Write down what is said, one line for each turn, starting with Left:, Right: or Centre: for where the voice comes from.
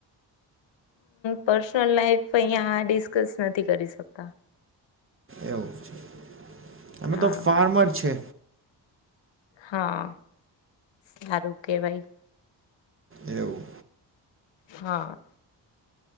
Left: પર્સનલ લાઈફ અહીંયા આ ડિસ્કસ નથી કરી શકતા.
Right: એવું છે, અમે
Left: હા
Right: તો ફાર્મર છે.
Left: હા, સારું કેવાય.
Right: એવું.
Left: હા.